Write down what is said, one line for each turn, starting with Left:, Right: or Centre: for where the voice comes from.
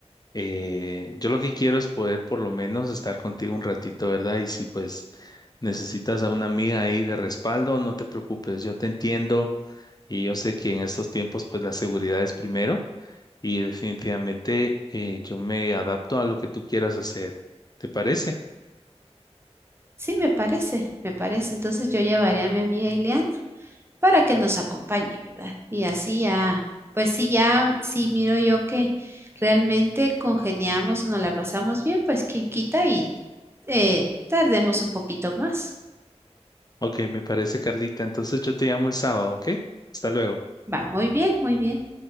Left: eh, yo lo que quiero es poder por lo menos estar contigo un ratito, ¿verdad? Y si pues necesitas a una amiga ahí de respaldo, no te preocupes, yo te entiendo y yo sé que en estos tiempos pues la seguridad es primero y definitivamente eh, yo me adapto a lo que tú quieras hacer. ¿Te parece?
Right: Sí, me parece, me parece. Entonces yo llevaré a mi amiga Ileana para que nos acompañe, ¿verdad? Y así ya, pues sí, ya, si miro yo que realmente congeniamos o nos la pasamos bien, pues quien quita y eh, tardemos un poquito más.
Left: Ok, me parece, Carlita. Entonces yo te llamo el sábado, ¿ok? Hasta luego.
Right: Va, muy bien, muy bien.